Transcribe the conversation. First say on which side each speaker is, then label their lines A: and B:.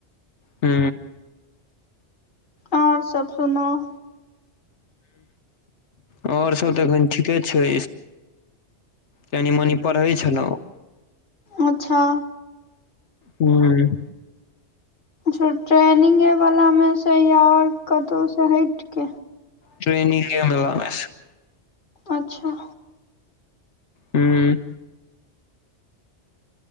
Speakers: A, on the left; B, on the left.
A: हू
B: आओर सभी सुनाउ
A: आओर सभ तऽ एखन ठीके छै। कनि मनि पढ़ै छलहुँ
B: अच्छा
A: हूँ
B: ट्रेनिंगे वला में सऽ या आओर कतहु से हटिक
A: ट्रेनिंगे वला में सऽ
B: अच्छा
A: हूँ